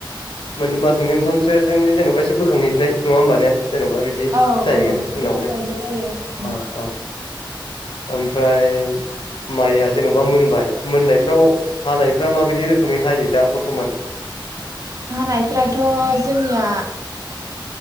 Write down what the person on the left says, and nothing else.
मोन मास मोननै मोनथामसो जों जेन'बा एसे बोखांहैनाय नङा होमबा ने? जेन'बा बिदि
जाहैगोन
उनावहाय
औ औ ओमफ्राय माइया जेन'बा मोनबाय मोननायफ्राव हानायफ्रा माबायदि रोखोमै हायो दा बरथमान?